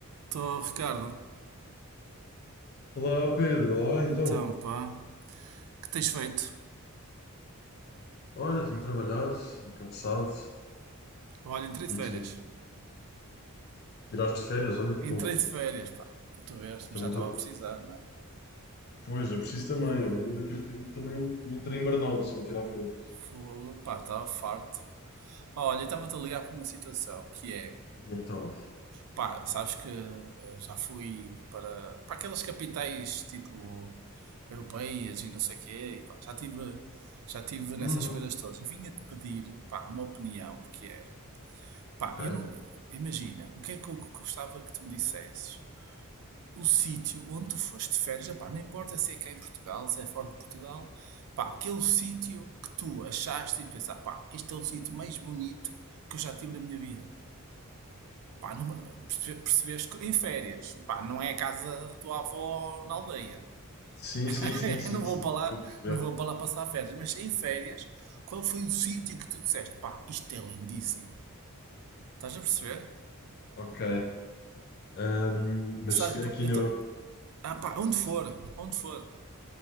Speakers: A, on the right; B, on the left.
A: Estou, Ricardo.
B: Olá Pedro, olá
A: Então,
B: então.
A: pá, o que tens feito?
B: Olha, tenho trabalhado, ando cansado.
A: Olha, entrei de
B: E
A: férias.
B: tu tiraste férias, olha que bom.
A: Entrei de férias, pá, para tu veres, mas
B: Também
A: já estava
B: estou.
A: a precisar, não é?
B: Pois, eu preciso também.
A: Fogo,
B: Eu daqui a bocadinho também entro em burnout se não tirar férias.
A: fogo, pá, estava farto. Olha, estava-te a ligar para uma situação que é,
B: E então?
A: pá, sabes que eh, já fui para, para aquelas capitais tipo europeias e não sei o quê, e, pá, já tive, já tive nessas
B: Uhum.
A: coisas todas. E vinha-te pedir, pá, uma opinião que era. Pá,
B: Ok.
A: eu não, imagina, o que é que eu gostava que tu me dissesses? o sítio onde tu foste de férias, epá, não importa se é cá em Portugal, se é fora de Portugal, pá, aquele sítio que tu achaste e pensar, pá, este é o sítio mais bonito que eu já tive na minha vida. Pá, numa- perce- percebeste que em férias, pá, não é a casa da tua avó na aldeia.
B: Sim,
A: <laughs>
B: sim, sim, sim,
A: Eu não vou
B: sim.
A: para
B: Estou
A: lá,
B: a perceber.
A: não vou para lá passar férias, mas em férias, qual foi o sítio que tu disseste, pá, isto é lindíssimo. Estás a perceber?
B: Ok. Ahm, mas
A: Sabe,
B: aqui
A: eu
B: no...
A: tô, ah, pá, onde for, onde for.